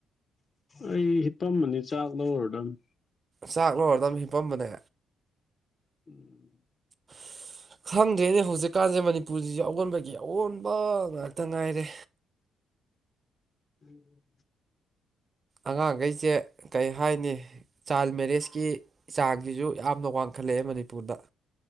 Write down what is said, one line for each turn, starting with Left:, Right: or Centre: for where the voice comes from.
Left: ꯑꯩ ꯍꯤꯄꯝ ꯑꯃꯅꯤꯅꯤ ꯆꯥꯛ ꯂꯧꯔꯨꯗꯅꯤ
Right: ꯆꯥꯛꯂꯔꯗꯝ ꯍꯤꯞꯄꯝꯕꯅꯦ
Left: ꯎꯝ
Right: <inaudible> ꯈꯪꯗ꯭ꯔꯦꯅꯦ ꯍꯧꯖꯤꯛꯀꯥꯟꯁꯦ ꯃꯅꯤꯄꯨꯔꯁꯤꯁꯨ ꯑꯑꯣꯟꯕꯒꯤ ꯑꯑꯣꯟꯕ ꯉꯥꯛꯇ ꯉꯥꯏꯔꯦ
Left: ꯎꯝ
Right: ꯑꯉꯥꯡꯈꯩꯁꯦ ꯀꯩ ꯍꯥꯏꯅꯤ ꯆꯥꯏꯜ ꯃꯦꯔꯤꯖꯀꯤ ꯆꯥꯡꯁꯤꯁꯨ ꯌꯥꯝꯅ ꯋꯥꯡꯈꯠꯂꯛꯑꯦ ꯃꯅꯤꯄꯨꯔꯗ